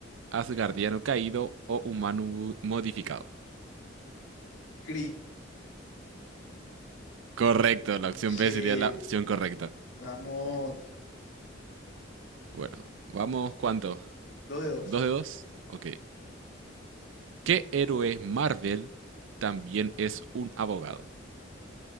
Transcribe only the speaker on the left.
Cree.
Mm,
Sí,
vamos.
Dos de dos.